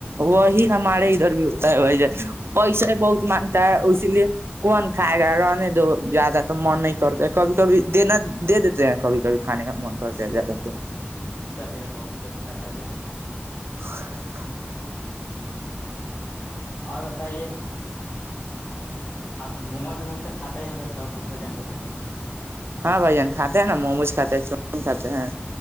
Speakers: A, on the right; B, on the left.
A: وہی ہمارے ادھر بھی ت بائی جائے پیسے ہی بہت مانگتا ہے اسی لیے کون کھائے گا رہنے دو زیادہ تو من نہیں کرتا ہے کبھی کبھی دینا دے دیتے ہیں کبھی کبھی کھانے کا من کرتا ہے زیادہ تو
B: چلے بہت اچھا بھائی ج
A: <unintelligible>
B: اور بتائیے آب مج مجتے خھات ہی ہ چ کو کو جا کے بھائی جن
A: ہاں بھین کھاتے ہیں نا موموز کھاتے ہیں چاین کھاتے ہیں